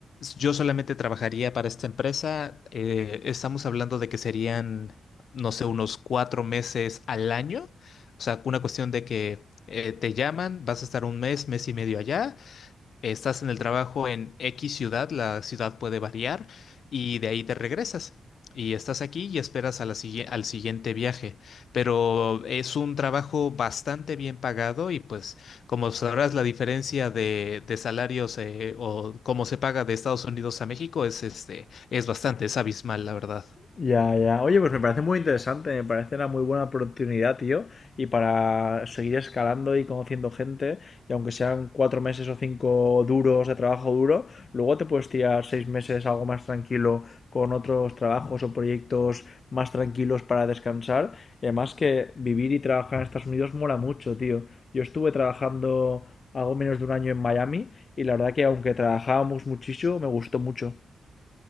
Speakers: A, on the left (about 75°); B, on the left (about 50°).
A: Yo solamente trabajaría para esta empresa. eh, estamos hablando de que serían no sé, unos cuatro meses al año. O sea, una cuestión de que eh, te llaman, vas a estar un mes, mes y medio allá, estás en el trabajo en X ciudad, la ciudad puede variar, y de ahí te regresas. Y estás aquí y esperas a la sigui- al siguiente viaje. Pero es un trabajo bastante bien pagado y pues como sabrás la diferencia de, de salarios eh, o cómo se paga de Estados Unidos a México es, este, es bastante, es abismal, la verdad.
B: Ya, ya. Oye, pues me parece muy interesante, me parece una muy buena oportunidad, tío, y para seguir escalando y conociendo gente, y aunque sean cuatro meses o cinco duros de trabajo duro, luego te puedes tirar seis meses algo más tranquilo con otros trabajos o proyectos más tranquilos para descansar. Y además que vivir y trabajar en Estados Unidos mola mucho, tío. Yo estuve trabajando algo menos de un año en Miami y la verdad que aunque trabajábamos muchísimo, me gustó mucho.